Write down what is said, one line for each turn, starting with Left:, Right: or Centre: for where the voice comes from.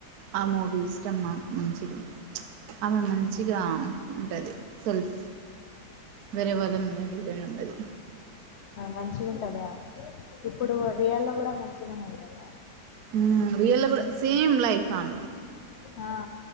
Right: ఆ మూవీ ఇష్టం నాకు మంచిది ఆమె మం చిగురా ఉంటది సెల్ఫ్ వేరే వల్ లం మేడి వేనున్నది
Left: మంచిగుంటదా ఇప్పుడు రియల్ లో కూడా మంచినే <inaudible> గదా
Right: హ్మ్ రియల్ లో కూడా సేమ్ లై స్వామిది
Left: ఆ